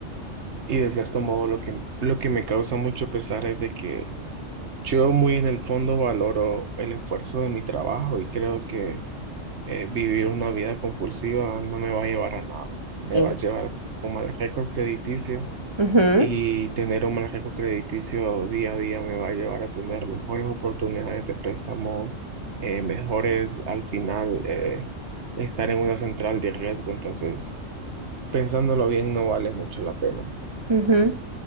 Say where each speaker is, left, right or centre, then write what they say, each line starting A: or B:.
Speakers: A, on the right; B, on the right.
A: Y de cierto modo, lo que, lo que me causa mucho pesar es de que yo muy en el fondo valoro el esfuerzo de mi trabajo y creo que eh, vivir una vida compulsiva no me va a llevar a nada. Me
B: Es.
A: va a llevar a un mal récord crediticio
B: Ujú,
A: y tener un mal récord crediticio día a día me va a llevar a tener mejores oportunidades de préstamos, eh, mejores al final eh, estar en una central de riesgo. Entonces, pensándolo bien, no vale mucho la pena.
B: ujú.